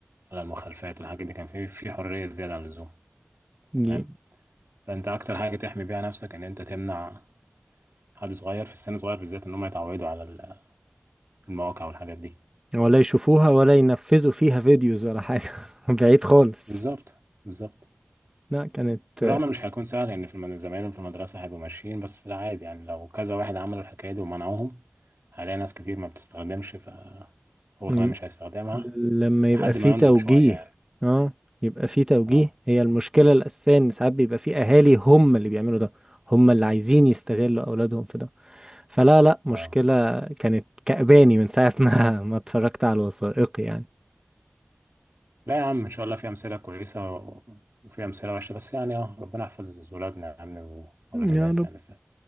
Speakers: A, on the right; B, on the right.
A: على المخالفات والحاجات دي كان في في حرية زيادة عن اللزوم تمام
B: دي
A: فأنت أكتر حاجة تحمي بيها نفسك إن أنت تمنع حد صغير في السن الصغير بالذات إن هم يتعودوا على ال- المواقع والحاجات دي
B: ولا يشوفوها ولا ينفذوا فيها فيديوز ولا حاجة <laughs> بعيد خالص
A: بالظبط بالظبط
B: لا كانت
A: بالرغم
B: آه،
A: مش هيكون سهل يعني في الم- زمايلهم في المدرسة هيبقوا ماشيين بس لا عادي يعني لو كذا واحد عملوا الحكاية دي ومنعوهم هلاقي ناس كتير ما بتستخدمش فهو
B: ل-
A: كمان مش هيستخدمها
B: لما
A: لحد
B: يبقى في
A: ما ينضج
B: توجيه
A: شوية
B: اه يبقى في توجيه
A: اه
B: هي المشكلة الأساسية إن ساعات بيبقى في أهالي هم اللي بيعملوا ده هم اللي عايزين يستغلوا أولادهم في ده فلا لا مشكلة
A: اه
B: كانت كأباني من ساعة ما <laughs> ما اتفرجت على الوثائقي يعني
A: لا يا عم ان شاء الله في امثله كويسه و- وفي امثله وحشه بس يعني اه ربنا يحفظ ولادنا يا عم واولاد الناس
B: يا رب
A: يعني ف...